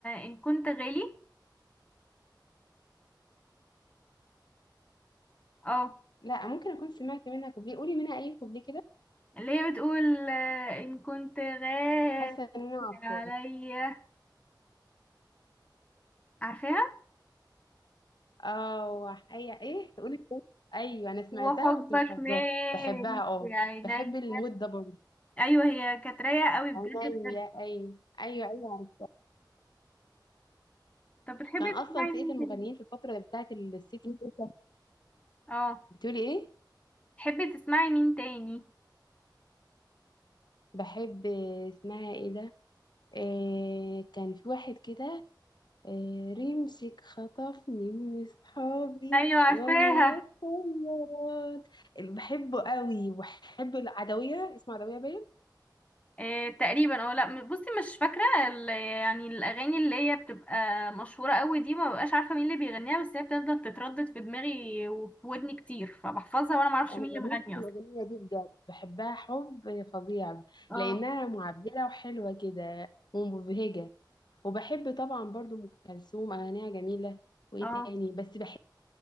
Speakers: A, on the left (about 15°); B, on the left (about 65°).
A: ان كنت غالي اه
B: لا ممكن اكون سمعت منها كوبليه قولي منها اي كوبليه كده
A: اللي هي بتقول آه، ان كنت غالي
B: حاسه ان انا عارفاه
A: عليا عارفاها
B: اه اي ايه قولي كوبليه. ايوه انا
A: وحبك
B: سمعتها بس مش حافظاها
A: مالي
B: بحبها اه
A: في عيني
B: بحب المود ده برضه
A: ايوه هي كانت رايقه قوي بجد
B: عينيا
A: بجد
B: ايوه ايوه ايوه عرفتها
A: طب بتحبي
B: كان اصلا
A: تسمعي
B: فئه
A: مين
B: المغنيين
A: تاني
B: في الفتره بتاعت الست ميت.
A: اه
B: بتقولي ايه
A: تحبي تسمعي مين تاني
B: بحب اسمها ايه ده إيه كان في واحد كده إيه رمسك خطفني من اصحابي
A: ايوه عارفاها
B: وانا بصوت بحبه قوي وبحب العدوية اسمها عدوية باين
A: إيه تقريبا اه لا م- بصي مش فاكره ال- يعني الاغاني اللي هي بتبقى مشهوره قوي دي ما ببقاش عارفه مين اللي بيغنيها بس هي بتفضل تتردد في دماغي وفي ودني كتير فبحفظها وانا ما اعرفش
B: انا
A: مين اللي مغني
B: بموت في
A: اصلا
B: الاغنية دي بجد بحبها حب فظيع
A: اه
B: لانها معبرة وحلوة كده ومبهجة وبحب طبعا برضو ام كلثوم اغانيها جميلة وايه
A: اه
B: تاني بس بحب